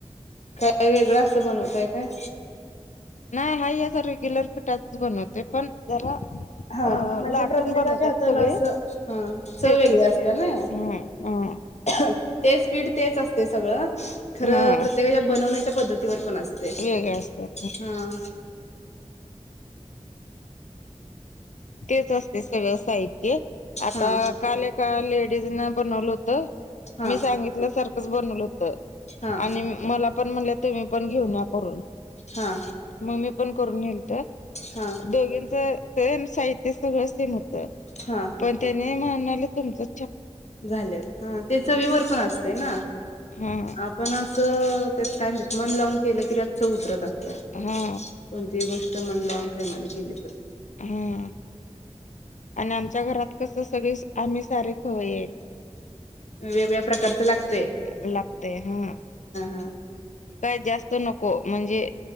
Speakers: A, on the left; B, on the left.
A: काय वेगळं अस बनवतय काय?
B: नाही हा या रेग्युलर पिटाातच बनवतेो पण जरा
A: हा
B: अ
A: म्हणजे
B: लाटून
A: प्रत्येकाच्या
B: बनवतात
A: हाताला
B: सगळे
A: अस ह चव
B: टेस्ट
A: वेेगळे
B: असत्या.
A: असते ना.
B: हा हा
A: <unintelligible> तेच पीठ तेच असते सगळं खरं
B: हा
A: प्रत्येकाच्या बनवण्याच्या पद्धतीवर पण असते हा.
B: वेगळे असतात तेच असते सगळं साहित्य आता
A: हा
B: काल ऐका लेडीज ना बनवलं होत. त
A: हा
B: मी सांगितल्या सारखंच बनवलं होत.
A: हा
B: आणि मला पण म्हणले तुम्ही पण घेऊन या. करून
A: हा
B: मग मी पण करून नेलत तर
A: हा
B: दोघीच. सेम साहित्य सगळं सेम होत
A: हा
B: पण त्याने म्हणालं तुमचं.
A: झालय ह त्याच विवर पण असत ना
B: हा
A: आपण अस. त्यात काय म्हणतात मन लावून केलं की चव उतरत असतयात
B: हा
A: कोणतीही गोष्ट मन लावून प्रेमाने केली तर
B: हा. आणि आमच्या घरात कस सगळे आम्ही सारे खवय्ये येत.
A: वेगळ्या प्रकारचं लागत.
B: लागतेय हा.
A: हा
B: काय जास्त नको म्हणजे